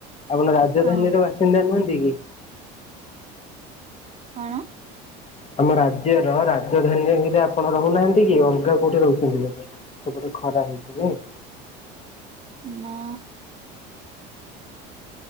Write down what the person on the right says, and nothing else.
ହଁ
କଣ?
ନା।